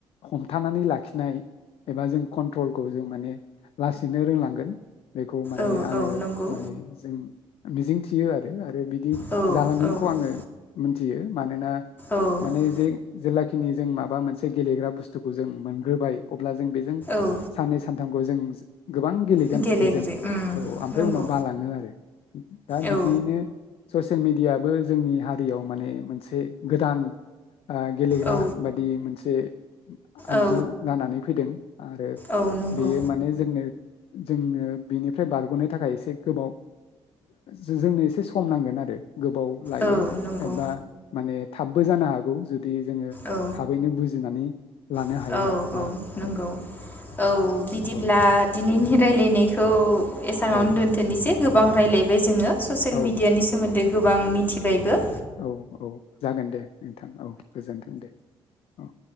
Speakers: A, on the left; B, on the left.
A: हमथानानै लाखिनाय एबा जों कन्ट्रलखौ जों माने लासैनो रोंलांगोन। बेखौ माने
B: औ
A: आङो
B: औ नंगौ
A: माने जों मिजिं थियो आरो आरो बि दि
B: औ
A: जालांगोनखौ
B: औ
A: आङो मिथियो मानोना
B: औ
A: माने जे जेला खिनि जों माबा मोनसे गेलेग्रा बुस्थुखौ जों मोनग्रोबाय अब्ला जों बेजों
B: औ
A: सान्नै सान थामखौ जों गोबां गेलेगोन
B: गेलेगिरि
A: बेजों
B: उम
A: औ आ ओमफ्राय
B: नंगौ
A: उनाव बालाङो आरो दा
B: औ
A: बिदियैनो ससे ससियेल मिडियाबो जोंनि हारियाव माने मोनसे गोदान ओ गेलेग्रा
B: औ
A: बादि मोनसे आगजु
B: औ
A: जानानै फैदों। आरो
B: औ नंगौ
A: बेयो माने जोंनो जोंनो बेनिफ्राय बारग'नो थाखाय एसे गोबाव जोंनो एसे सम नांगोन आरो। गोबाव लायो।
B: औ नंगौ
A: एबा माने थाबबो जानो हागौ जु दि जोङो
B: औ
A: थाबैनो बुजिनानै लानो
B: औ
A: हायोब्ला
B: औ
A: आरो।
B: नंगौ औ बिदिब्ला
A: औ
B: दिनैनि राय्लायनाय एसांयावनो
A: औ
B: दोन्थ'नोसै। गोबां रायज्लायबाय जोङो। ससियेल
A: औ
B: मिडियानि सोमोन्दै। गोबां मिथिबायबो।
A: औ औ जागोन दे नोंथां औ गोजोन्थों दे औ।